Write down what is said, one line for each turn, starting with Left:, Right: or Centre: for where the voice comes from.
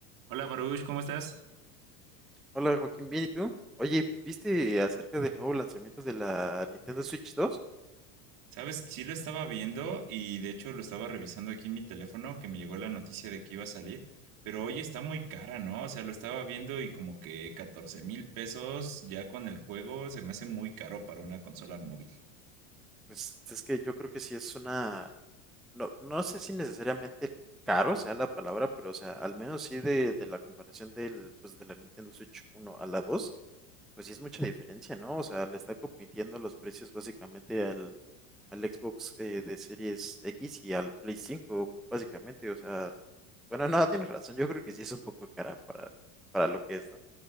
Right: Hola Baruch, ¿cómo estás?
Centre: Hola Joaquín, bien, ¿y tú? Oye, ¿viste acerca del nuevo lanzamiento de la Nintendo Switch dos?
Right: Sabes, sí lo estaba viendo y de hecho lo estaba revisando aquí en mi teléfono que me llegó la noticia de que iba a salir, pero hoy está muy cara, ¿no? O sea, lo estaba viendo y como que catorce mil pesos ya con el juego se me hace muy caro para una consola móvil.
Centre: Pues es que yo creo que sí es una, no, no sé si necesariamente caro sea la palabra, pero o sea, al menos sí de, de la comparación del, pues, de la Nintendo Switch uno a la 2, pues sí es mucha diferencia, ¿no? O sea, le está compitiendo los precios básicamente al, al Xbox eh, de Series X y al Play cinco, básicamente, o sea, bueno, <laughs> no, tienes razón, yo creo que sí es un poco cara para, para lo que es,